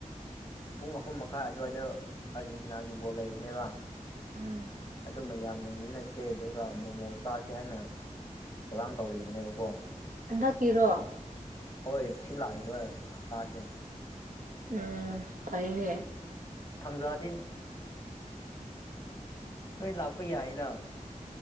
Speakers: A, on the left (about 20°); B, on the right (about 70°).
A: ꯄꯨꯡ ꯑꯍꯨꯝ ꯃꯈꯥꯏ ꯑꯗꯨꯋꯥꯏꯗ ꯑꯥꯔꯖꯦꯟꯇꯤꯅꯥꯒꯤ ꯕꯣꯜ ꯂꯩꯕꯅꯦꯕ
B: ꯑꯝ
A: ꯑꯗꯨ ꯃꯌꯥꯝ ꯌꯦꯡꯃꯤꯟꯅꯁꯦ ꯑꯗꯨꯒ ꯃꯣꯃꯣ ꯆꯥꯁꯦ ꯍꯥꯏꯅ ꯊꯧꯔꯥꯡ ꯇꯧꯔꯤꯕꯅꯦꯕꯀꯣ
B: ꯑꯦꯗ ꯀꯔꯣ
A: ꯍꯣꯏ ꯁꯤ ꯂꯥꯛꯏꯕ ꯍꯞꯇꯥꯁꯦ
B: ꯎꯝ ꯐꯌꯦ
A: ꯊꯝꯖꯥꯗꯤꯟ ꯅꯣꯏ ꯂꯥꯛꯄ ꯌꯥꯏꯅ